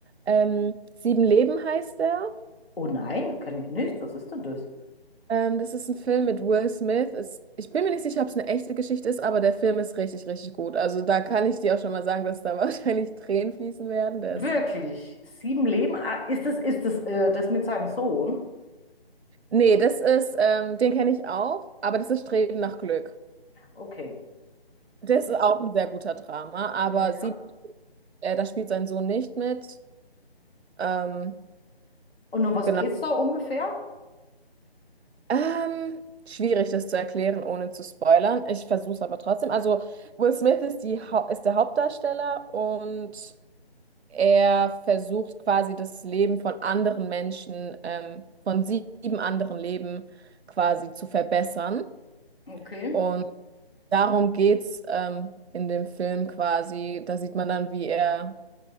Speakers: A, on the right; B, on the left.
A: Ähm, Sieben Leben heißt der.
B: Oh nein, kann ich nicht. Was ist denn das?
A: Ähm, das ist ein Film mit Will Smith. Ist, ich bin mir nicht sicher, ob es eine echte Geschichte ist, aber der Film ist richtig, richtig gut. Also da kann ich dir auch schon mal sagen, dass da <laughs> wahrscheinlich Tränen fließen werden.
B: Wirklich?
A: Der ist
B: Sieben Leben? Ah, Ist das, ist das, äh, das mit seinem Sohn?
A: Nee, das ist, ähm, den kenne ich auch, aber das ist Streben nach Glück.
B: Okay.
A: Das ist auch ein sehr guter Drama, aber
B: Ja.
A: sie, äh, da spielt sein Sohn nicht mit. Ähm,
B: Und um was
A: genau.
B: geht's da ungefähr?
A: Ähm, schwierig, das zu erklären, ohne zu spoilern. Ich versuche es aber trotzdem. Also, Will Smith ist die, Hau- ist der Hauptdarsteller und er versucht quasi das Leben von anderen Menschen, ähm, von sieben anderen Leben quasi zu verbessern.
B: Okay.
A: Und Darum geht's ähm, in dem Film quasi. Da sieht man dann, wie er